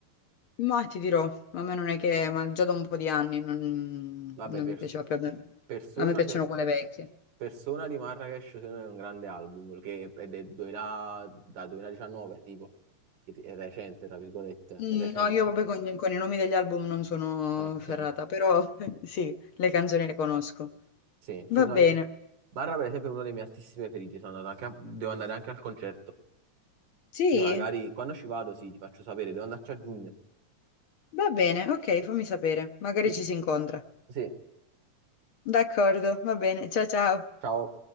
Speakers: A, on the left; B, on the right.
A: Ma ti dirò, a me non è che, ma già da un po' di anni non,
B: Vabbè,
A: non
B: per-
A: mi piaceva più. A me
B: Persona,
A: a me piacciono
B: se-
A: quelle vecchie.
B: Persona di Marracash secondo me è un grande album, che è del 2000 da 2019, tipo, è è recente, tra virgolette,
A: Mm,
B: è recente.
A: No, io proprio con, con i nomi degli album non sono
B: Ok,
A: ferrata, però <laughs> sì, le canzoni le conosco.
B: sì,
A: Va
B: sì, no,
A: bene.
B: io- Barra per esempio è uno dei miei artisti preferiti, sono andato anche a- devo andare anche al concerto.
A: Sì,
B: Quindi magari quando ci vado, sì, ti faccio sapere, devo andarci a giugno.
A: va bene, ok, fammi sapere. Magari
B: Sì,
A: ci si incontra.
B: sì,
A: D'accordo, va bene. Ciao ciao.
B: ciao.